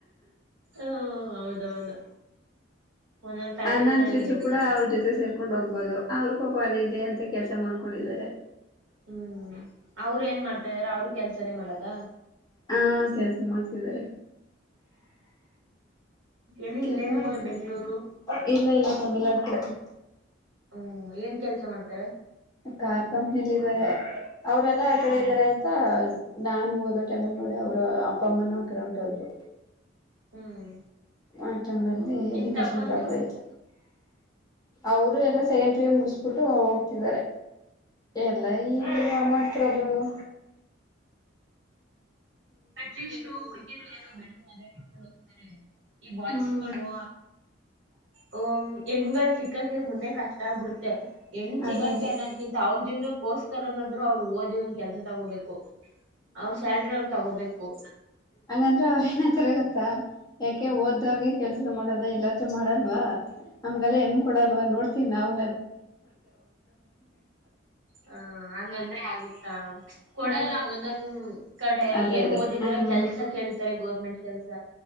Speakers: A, on the right; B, on the left.
A: ಓ ಹೌದೌದು. ಒಂದೊಂದ್ ಫ್ಯಾಮಿಲಿಲಿ
B: ಅಣ್ಣಂದ್ರ್
A: ಹಂಗೆ
B: ಇದ್ರು
A: ಇರ್ತಾರೆ
B: ಕೂಡ ಅವ್ರ ಜೊತೆ ಸೇರ್ಕ ಕೊಂಡ್ ಹೋಗ್ಬೋದು ಅವರು ಪಾಪ ಅಲ್ ಇಲ್ಲಿ ಅಂತ ಕೆಲ್ಸ ಮಾಡ್ಕೊಂಡಿದ್ದಾರೆ.
A: ಹ್ಮ್ ಅವ್ರ್ ಏನ್ ಮಾಡ್ತಾ ಇದಾರೆ ಅವರು ಕೆಲ್ಸನೇ ಮಾಡದ.
B: ಹಾ ಕೆಲ್ಸ ಮಾಡ್ತಿದ್ದಾರೆ.
A: ಎಲ್ಲಿ
B: ಕೆಲ್ಸ
A: ಇಲ್ಲೇನಾ
B: ಮಾಡ್ಕು
A: ಇಲ್ಲ ಬೆಂಗ್ಳೂರು
B: ಇಲ್ಲ ಇಲ್ಲ ತಮ್ಮಳ್ನಾಡ್ ಕಡೆ. <inaudible>
A: ಹ್ಮ್ ಏನ್ ಕೆಲ್ಸ ಮಾಡ್ತಾರೆ.
B: ಕಾರ್ ಕಂಪ್ನಿಲಿ ಇದಾರೆ ಅವರೆಲ್ಲಾ ಆ ಕಡೆ
A: ಹ್ಮ್
B: ಇದಾರೆ ಅಂತ ನಾನು ಓದೋ ಟೈಮಲ್ಲಿ ನೋಡಿ ಅವ್ರ ಅಪ್ಪಮ್ಮನ ಆ ಕಡೆ ಹೊಂಟೋದ್ರು.
A: ಹ್ಮ್
B: ಆ ಟೈಮಲ್ಲೀ
A: ನಿನ್
B: ಎಜುಕೇಷನ್
A: ತಮ್ಮಂದ್ರು
B: ಡ್ರಾಪ್ ಆಯ್. ತು ಅವ್ರು ಎಲ್ಲ ಸೆಕಂಡ್ ಪಿ ಯು ಮುಗಿಸ್ಬಿಟ್ಟು ಹೋಗ್ತಿದ್ದಾರೆ. ಎಲ್ಲ ಈ ಅಮೌಂಟ್ ಪ್ರಾಬ್ಲಮ್ಮು.
A: ಅಟ್ಲೀಸ್ಟು ಹುಡುಗೀರು ಏನೋ <unintelligible> ಮಾಡಕೊಂಡು ಹೋಗ್ತಾರೆ. ಈ ಬಾಯ್ಸ್ಗಳು
B: ಹ್ಮ್
A: ಹ್ಮ ಹೆಣ್ಗಳು ಸಿಕ್ಕಕೆ ಮುಂದೆ ಕಷ್ಟ ಆಗ್ಬಿಡುತ್ತೆ ಹೆಣ್ ಸಿಗಕ
B: ಅದೇ ಅದೇ
A: ಅನ್ನೋದ್ಕಿಂತ ಅವ್ರ್ ಜೀವನಕ್ಕೋಸ್ಕರನ್ನ ನಾದ್ರು ಅವ್ರು ಓದಿ ಒಂದ್ ಕೆಲ್ಸ ತಗೋಬೇಕು ಅವ್ರ ಸ್ಯಾಲ್ರಿ ಅವ್ರ್ ತಗೋಬೇಕು.
B: ಹಂಗಂದ್ರ ಅವ್ರ ಏನಂತಾರೆ ಗೊತ್ತಾ? ಯಾಕೆ ಓದ್ದವ್ರಗೆ ಕೆಲ್ಸ ಮಾಡೋದೇ ಇಲ್ಲಾಂದ್ರೂ ಮಾಡಲ್ವಾ ನಮ್ಗೆಲ್ಲ ಹೆಣ್ ಕೊಡಲ್ವ ನೋಡ್ತಿವಿ ನಾವು
A: ಹ ಹಾಗಂದ್ರೆ ಆಗುತ್ತಾ ಕೊಡಲ್ಲ
B: ಹ
A: ಒಂದೊಂದ್ ಕಡೆ
B: ಅದೇ
A: ಏನ್
B: ಅದೇ
A: ಓದಿದೀರ
B: ಹ್ಮ್
A: ಕೆಲ್ಸ ಕೇಳ್ತಾರೆ ಗೌರ್ಮೆಂಟ್ ಕೆಲ್ಸ